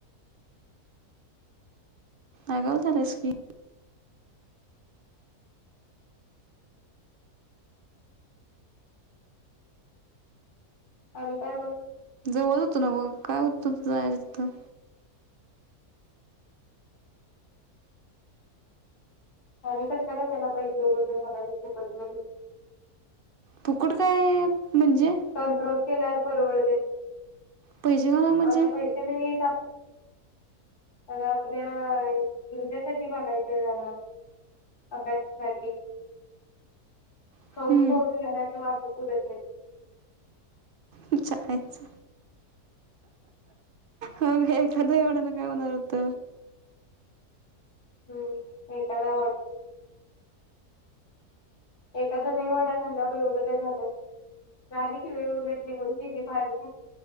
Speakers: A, on the right; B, on the left.
A: अगाव झालंस की,
B: आणि काय मग.
A: जवळ होतंनव काय होतो. जाय थ
B: आणि कशाला त्याला पैसे वगैरे हलायले फुकट मध्ये.
A: फुकट काय. म्हणजे
B: कंट्रोल केल्याल परवडत.
A: पैसे घाला म्हणजे
B: आता पैसे नाही येत ल आ आपल्या तुमच्यासाठी बघायच जरा अभ्याससाठी.
A: हम्म
B: खाऊन, खाऊन, घरात वाद पूरत ना
A: <inaudible> यच होग एखाद्या एवड्याना काय होणार होत.
B: हम्म, एक कादा एखादा नाही वडा खाल्ला एवढं काय झालं. झाली कि वेळ उलट निऊन ती भारी की.